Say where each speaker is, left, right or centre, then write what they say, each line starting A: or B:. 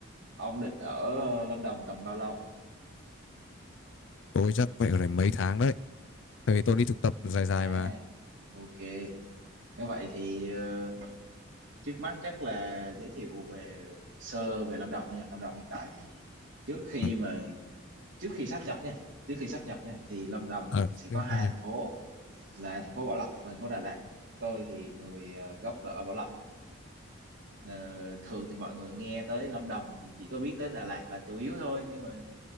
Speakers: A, on the right; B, on the left.
A: ông định ở ờ, Lâm Đồng tầm bao lâu
B: tôi chắc phải ở đây mấy tháng đấy. Tại vì tôi
A: ui
B: đi thực tập dài dài
A: à
B: mà.
A: ok nếu vậy thì ờ, trước mắt chắc là giới thiệu về sơ về Lâm Đồng đó nha Lâm Đồng hiện tại thì trước khi
B: Ừ.
A: mà trước khi sáp nhập nha trước khi sáp nhập nha thì Lâm Đồng
B: Ờ,
A: sẽ
B: thế-
A: có hai
B: thế nhỉ?
A: thành phố là thành phố Bảo Lộc và thành phố Đà Lạt tôi thì người ờ, gốc là ở Bảo Lộc Ờ, thường thì mọi người nghe tới Lâm Đồng thì chỉ có biết tới Đà Lạt là chủ yếu thôi nhưng mà